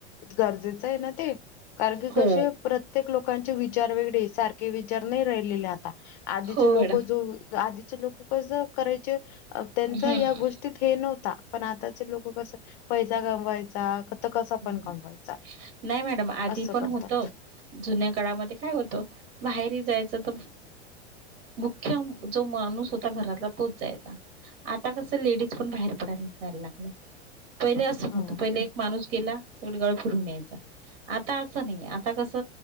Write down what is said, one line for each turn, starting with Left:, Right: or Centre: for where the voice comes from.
Left: गरजेचं ये ना ते कारण की
Right: हो.
Left: कशे प्रत प्रत्येक लोकांचे विचार वेगडे सारखे विचार नाय राहिलेले आता आधीचे
Right: हो
Left: लोक
Right: मॅडम.
Left: जो आदि चे लोक कस करायचे अ त्यांच
Right: हम्म.
Left: या गोष्टीत हे नव्हता पण आताचे लोक कस पैसा कमवायचा
Right: हूं
Left: कमवायचा
Right: नाय मॅडम आधी
Left: असं
Right: पण
Left: करतात.
Right: होत जुन्या काळामध्ये काय होत माहेरी जायच तर मुख्य जो माणूस होता घरातला तोच जायचा. आता कस लेडीज पण बाहेर पडायला जायला लागल्या. पहिले अस होत
Left: हो
Right: पहिले एक माणूस <unintelligible> फिरून यायच आता असं नाही आता कस